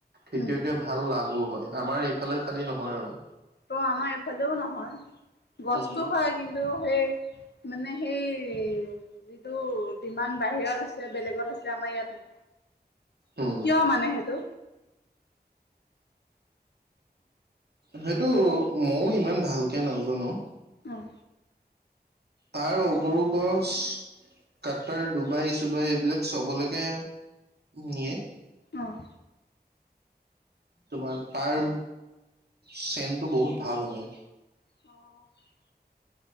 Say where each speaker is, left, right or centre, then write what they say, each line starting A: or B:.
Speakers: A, on the right; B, on the left.
A: খেতিয়কে
B: উম
A: ভাল লাভো হয়। আমাৰ এইফালে খালী নহয় আৰু।
B: তো আমাৰ এইফালেও নহয়। গছতো
A: উম
B: হয় কি সেই মানে সেই যিটো ডিমান বাহিৰত আছে, বেলেগত আছে, আমাৰ ইয়াত নাই।
A: উম
B: কিয় মানে সেইটো?
A: সেইটো মও ইমান ভালকে নাজানো।
B: উম।
A: তাৰ অগৰু গছ কাট্টাৰ, ডুবাই-চুবাই এইবিলাক চবলেকে নিয়ে।
B: অ'।
A: তোমাৰ তাৰ চেণ্ডটো বহুত ভাল হয়।
B: অ'।